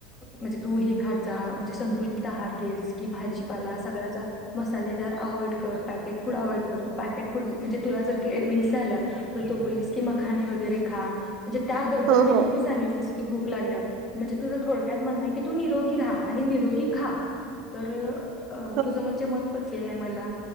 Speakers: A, on the left (about 25°); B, on the right (about 55°).
A: म्हणजे तू हे खात जा म्हणजे संतुलित आहार घे, जस की भाजीपाला, सगळ्याचा मसालेदार अवॉइड कर, पॅकेट फूड अव्हइड कर, तू पॅकेट फूड म्हणजे तुला जर केविंगस झाला तर तू बोललीस की मखाने वगैरे खा म्हणजे त्याबद्दल
B: हो
A: देखील
B: हो
A: ती सांगितलीस की भूक लागल्यावर म्हणजे तुझं थोडक्यात म्हणणं आहे की तू निरोगी राहा. आणि निरोगी खा. तर अ
B: हो
A: तुझं म्हणजे मत पटलेलं आहे मला